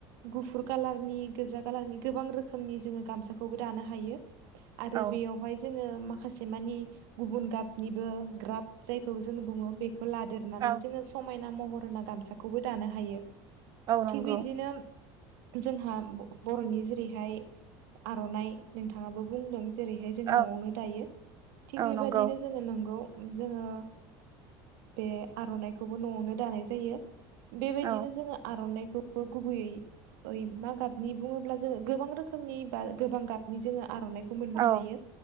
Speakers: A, on the right; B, on the right.
A: गुफुर कालारनि गोजा कालारनि गोबां रोखोमनि जोङो गामसाखौबो दानो हायो। आरो
B: औ
A: बेयावहाय जों माखासे मानि गुबुन गाबनिबो ग्राब जायखौ जों बुङो, बेखौ खौ लादेरनानै
B: औ
A: जोङो समायना महर होना गामसाखौबो दानो हायो।
B: औ नंगौ
A: थिग बिदिनो जोंहा ब-बर'नि जेरैहाय आर'नाइ नोंथाङाबो बुंदों। जेरैहाय जों
B: औ
A: न'आवनो दायो। थिग
B: औ
A: बेबादिनो
B: नंगौ
A: जोङो नोंगौ । जोङो बे आर'नाइखौबो न'आवनो दानाय जायो। बेबायदिनो
B: औ
A: जोङो आर'नाइखौबो गुबैयै यै मा गाबनि बुङोब्ला जोङो गोबां रोखोमनि बा गोबां गाबनि जोङो आर'नाइखौ मोननो
B: औ
A: हायो।